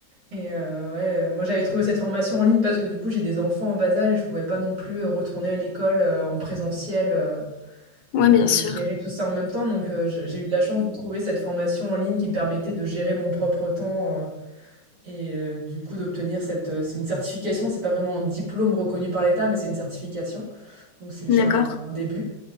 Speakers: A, on the right; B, on the left.
A: et euh, ouais, moi j'avais trouvé cette formation en ligne parce que du coup j'ai des enfants en bas âge et je pouvais pas non plus euh, retourner à l'école euh, en présentiel. euh,
B: Ouais,
A: Et,
B: bien sûr.
A: heu, gérer tout ça en même temps, donc heu, j'ai j'ai eu de la chance de trouver cette formation en ligne qui me permettait de gérer mon propre temps, heu et heu, du coup d'obtenir cette, heu c'est une certification, c'est pas vraiment un diplôme reconnu par l'État, mais c'est une certification, donc c'est déjà
B: D'accord.
A: un un début.